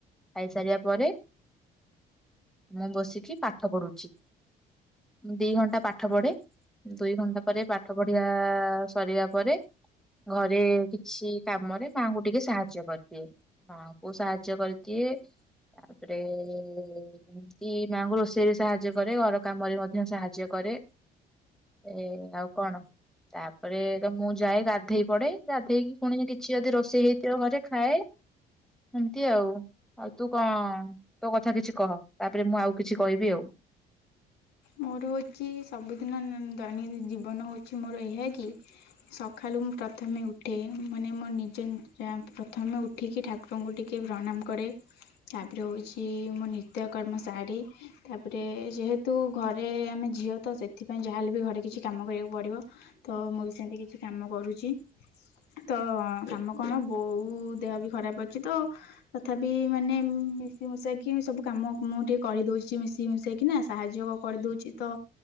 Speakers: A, in the centre; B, on the left (about 75°).
A: ଖାଇସାରିବା ପରେ ମୁଁ ବସିକି ପାଠ ପଢୁଛି। ଦି ଘଣ୍ଟା ପାଠ ପଢେ। ଦୁଇ ଘଣ୍ଟା ପରେ ପାଠ ପଢିବା ସରିବା ପରେ ଘରେ କିଛି କାମରେ ମାଁଙ୍କୁ ଟିକେ ସାହାଯ୍ୟ କରିଦିଏ। ମାଆଙ୍କୁ ସାହାଯ୍ୟ କରିଦିଏ ତାପରେ ଏମିତି ମାଆଙ୍କୁ ରୋଷେଇ ରୋଷେଇରେ ସାହାଯ୍ୟ କରେ ଘର କାମରେ ମଧ୍ୟ ସାହାଯ୍ୟ କରେ ଏ ଆଉ କଣ? ତାପରେ ତ ମୁଁ ଯାଏ ଗାଧେଇ ପଡେ ଗାଧେଇକି ପୁଣି କିଛି ଯଦି ରୋଷେଇ ହେଇଥିବ ଘରେ ଖାଏ। ସେମତି ଆଉ ଆଉ ତୁ କଣ ତୋ କଥା କିଛି କହ ତାପରେ ମୁଁ ଆଉ କିଛି କହିବି ଆଉ।
B: ମୋର ହଉଚି ସବୁଦିନ ଦୈନି ଜୀବନ ହଉଚି ମୋର ଏହା କି ସଖାଲୁ ମୁଁ ପ୍ରଥମେ ଉଠେ ମାନେ ମୋ ନିଜେ ବ୍ୟାମ ପ୍ରଥମେ ଉ ଠିକି ଠାକୁରଙ୍କୁୁ ଟିକିଏ ପ୍ରଣାମ କରେ। ତାପରେ ହଉଛି ମୋ ନିତ୍ୟକର୍ମ ଶାରୀ ତାପରେ ଯେହେତୁ ଘରେ ଆମେ ଝିଅତ ସେଥିପାଇଁ ଯାହାହେଲେବି ଘରେ କିଛି କାମ କରିବାକୁ ପଡିବ। ତ ମୁଁବି ସେମିତି କିଛି କାମ କରୁଚି। ତ କାମ କଣ ବୋଉ ଦେହବି ଖରାପ ଅଛିତ? ତଥାପି ମାନେ ମିଶି ମୁଶାକି ସବୁକାମ ମୁଁ ଟିକିଏ କରିଦଉଚି ମିଶି ମୁଶାକିନା ସାହାଯ୍ୟ। କରିଦୋଉଚିତ